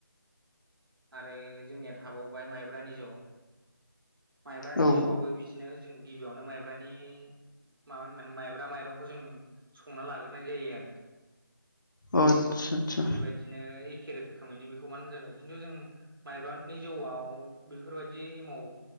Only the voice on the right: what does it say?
आरो जोंनिया थाबावबाय माइब्रानि जौ माइब्रानि
जौआबो बिदिनो जों गिबियावनो माइब्रानि मा माने माइब्रा माइरंखौ जों संना लाग्रोनाय जायो आरो।
बेदिनो एखे रोखोमैनो बेखौ मानो जाबाय खिन्थु जों माइब्रानि जौआव बेफोरबायदि एमाव